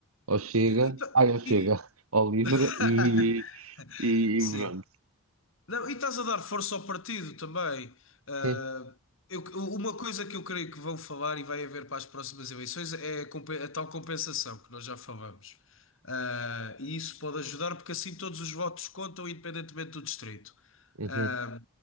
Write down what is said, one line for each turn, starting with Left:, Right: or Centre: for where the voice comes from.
Right: ao Chega,
Left: e- e tá-
Right: ai, ao Chega,
Left: e-
Right: ao Livre
Left: <laughs>
Right: e, e,
Left: Sim.
Right: e pronto.
Left: Não, e estás a dar força ao partido também. Ah,
Right: Sim.
Left: eu- uma coisa que eu creio que vão falar e vai haver para as próximas eleições é a, compe- a tal compensação que nós já falamos. Ah, e isso pode ajudar porque assim todos os votos contam, independentemente do distrito.
Right: Uhum.
Left: Ah,